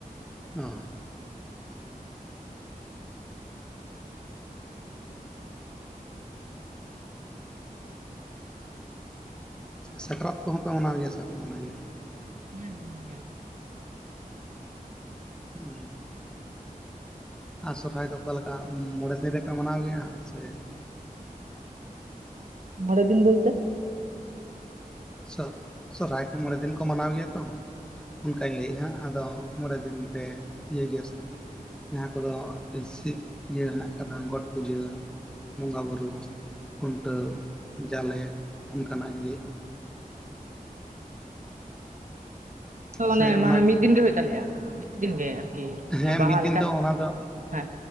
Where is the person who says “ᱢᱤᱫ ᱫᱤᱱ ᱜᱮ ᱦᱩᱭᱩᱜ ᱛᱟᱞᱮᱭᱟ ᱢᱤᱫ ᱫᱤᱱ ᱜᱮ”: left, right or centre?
Right